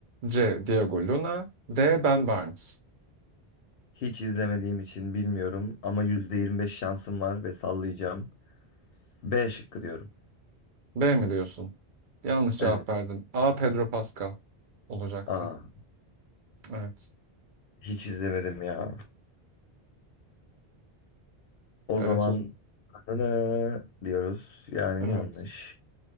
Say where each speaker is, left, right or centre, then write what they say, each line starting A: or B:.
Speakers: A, on the right; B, on the left.
A: C. Diego Luna D. Ben Barnes
B: Hiç izlemediğim için bilmiyorum ama %25 şansım var ve sallayacağım. B şıkkı diyorum.
A: B mi diyorsun? Yanlış cevap
B: Evet.
A: verdin. A. Pedro Pascal olacaktı.
B: Aa,
A: Evet.
B: hiç izlemedim ya. O
A: Evet.
B: zaman
A: o-
B: ne diyoruz? Yani
A: Evet.
B: yanlış.